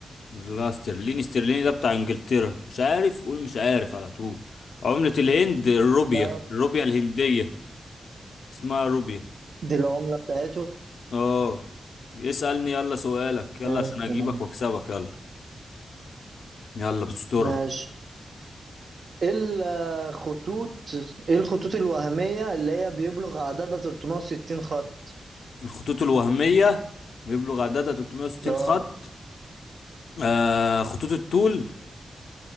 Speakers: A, on the left; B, on the right.
A: لا استرليني استرليني ده بتاع انجلترا مش عارف قول مش عارف على طول عملة الهند الروبيا
B: ده
A: الروبيا الهندية اسمها روبيا
B: دي العملة بتاعتهم
A: اه اسألني يلا سؤالك يلا عشان
B: ماشي
A: اجيبك واكسبك يلا يلا بسترة
B: ماشي. ايه الخطوط ايه الخطوط الوهمية اللي هي بيبلغ عددها 360 خط
A: الخطوط الوهمية بيبلغ عددها 360
B: اه
A: خط آه خطوط الطول